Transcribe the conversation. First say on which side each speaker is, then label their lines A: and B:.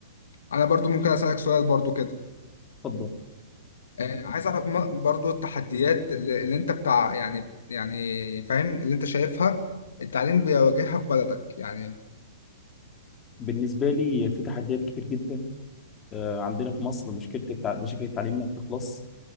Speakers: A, on the left; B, on the left.
A: أنا برضو ممكن أسألك سؤال برضو كده
B: اتفضل
A: آه، عايز اعرف م- برضو التحديات اللي اللي انت بتاع يعني يعني فاهم اللي انت شايفها التعليم بيواجهها في بلدك يعني
B: بالنسبة لي في تحديات كتير جدا آه، عندنا في مصر مشكلة التع... مشاكل التعليم ما بتخلص